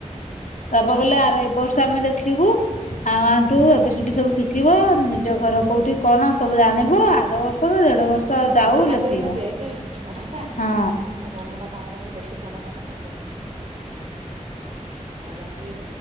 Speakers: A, on the right; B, on the left.
A: ହୁଁ।
B: ତାପ ବାପା କହିଲଲେ ଆର ଏ ବର୍ଷ ଆମେ ଦେଖିବୁ ଆଉ one two A B C D ସବୁ ଶିଖିବ ନିଜ ଘର କୋଉଠି କଣ ସବୁ ଜାଣିବୁ ଆର ବର୍ଷ ଦେଢ ବର୍ଷ
A: ତୁ ଘରେ
B: ଯାଉ
A: ତାକୁ
B: ଲେଖେଇବା
A: ଏଇନା ଦେଖେ ପଢା ଟା ତା
B: ହଁ
A: ପଢା ଟା କଣ କେମିତି ଦେଖି ସାରିଲା ପରେ ତାପରେ ଆଉ ଯାଇକି